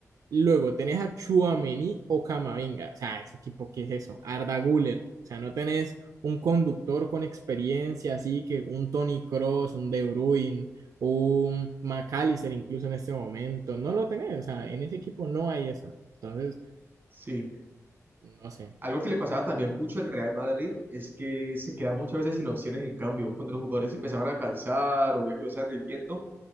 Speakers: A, on the right; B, on the right.
A: Luego tenés a Chuamení o Camavinga. O sea, ese equipo, ¿qué es eso? Arda Güler. O sea, no tenés un conductor con experiencia, así que un Toni Kroos, un De Bruyne, un McAllister incluso en este momento. No lo tenés. O sea,
B: Sí.
A: en ese equipo no hay eso. Entonces,
B: sí.
A: no sé.
B: Algo que le pasaba también mucho al Real Madrid es que se quedaba muchas veces sin opciones en cambio. Cuando los jugadores se empezaban a cansar o veía que lo estaban rindiendo,